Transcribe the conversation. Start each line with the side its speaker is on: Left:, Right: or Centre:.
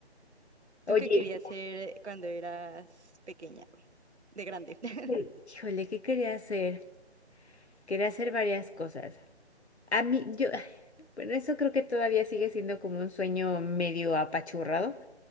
Left: Oye,
Right: ¿Tú qué querías hacer cuando eras pequeña, de grande? <laughs>
Left: híjole, ¿qué quería hacer? Quería hacer varias cosas. A mí, yo, <sighs> bueno, eso creo que todavía sigue siendo como un sueño medio apachurrado,